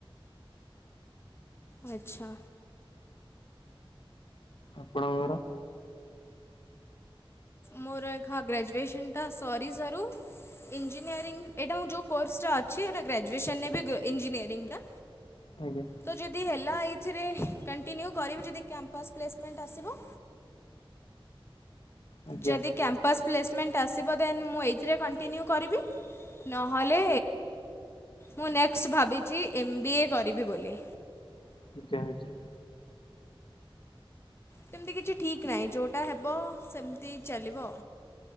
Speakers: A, on the left (about 25°); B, on the left (about 65°).
A: ଆଚ୍ଛା।
B: ଆପଣଙ୍କର
A: ମୋର <unintelligible> ଗ୍ରାଜୁଏସନଟା ସରି ସାରୁ ଇଞ୍ଜିନିୟରିଙ୍ଗ୍ ଏଇଟା ମୁଁ ଯେଉଁ କୋର୍ସଟା ଅଛି ଏଇଟା ଗ୍ରାଜୁଏସନରେ ବି ଇଞ୍ଜିନିୟରିଙ୍ଗଟା
B: ଆଜ୍ଞା।
A: ତ ଯଦି ହେଲା ଏଇଥିରେ କଣ୍ଟିନ୍ୟୁ କରିବି ଯଦି କ୍ୟାମ୍ପସ୍ ପ୍ଲେସମେଣ୍ଟ ଆସିବ।
B: ଆଜ୍ଞା
A: ଯଦି କ୍ୟାମ୍ପସ ପ୍ଲେସମେଣ୍ଟ ଆସିବ ଦେନ୍ ମୁଁ ଏଇଥିରେ କଣ୍ଟିନ୍ୟୁ କରିବି ନହେଲେ ମୁଁ ନେକ୍ସଟ ଭାବିଛି ଏମ୍ ବି ଏ କରିବି ବୋଲି।
B: ଆଜ୍ଞା <unintelligible>
A: ସେମିତି କିଛି ଠିକ୍ ନାହିଁ ଯୋଉଟା ହେବ ସେମିତି ଚାଲିବ।